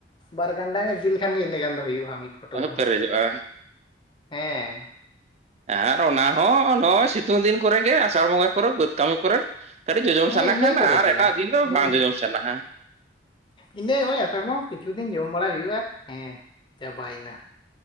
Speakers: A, on the left; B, on the right.
A: ᱵᱟᱨ ᱜᱟᱱᱰᱟ ᱤᱫᱤ ᱞᱮᱠᱷᱟᱱ ᱜᱮ ᱤᱱᱟᱹᱜ ᱜᱟᱱ ᱫᱚ ᱦᱩᱭᱩᱜᱼᱟ᱾ ᱢᱤᱫ ᱠᱚᱴᱳᱨ ᱫᱚ
B: ᱯᱮᱨᱮᱡᱚᱜᱼᱟ᱾
A: ᱦᱮᱸ
B: ᱟᱨ ᱚᱱᱟ ᱦᱚᱸ ᱱᱚᱼᱚᱭ ᱥᱤᱛᱩᱝ ᱫᱤᱱ ᱠᱚᱨᱮ ᱜᱮ ᱟᱥᱟᱲ ᱵᱚᱸᱜᱟ ᱠᱚᱨᱮ ᱵᱟᱹᱫᱽ ᱠᱟᱹᱢᱤ ᱠᱚᱨᱮ ᱠᱟᱹᱴᱤᱡ ᱡᱚᱡᱚᱢ
A: ᱦᱮᱸ
B: ᱥᱟᱱᱟ
A: ᱤᱱᱟᱹ
B: ᱠᱷᱟᱱ
A: ᱠᱚᱨᱮ
B: ᱟᱨ
A: ᱜᱮ
B: ᱮᱴᱟᱜ ᱫᱤᱱ ᱫᱚ
A: ᱦᱩᱸ
B: ᱵᱟᱝ ᱡᱚᱡᱚᱢ ᱥᱟᱱᱟ᱾
A: ᱤᱱᱟᱹ ᱦᱳᱭ ᱟᱥᱟᱲ ᱵᱚᱸᱜᱟ ᱠᱤᱪᱷᱩ ᱫᱤᱱ ᱡᱚᱢ ᱵᱟᱲᱟ ᱦᱩᱭᱩᱜᱼᱟ ᱦᱮᱸ ᱪᱟᱵᱟᱭᱮᱱᱟ᱾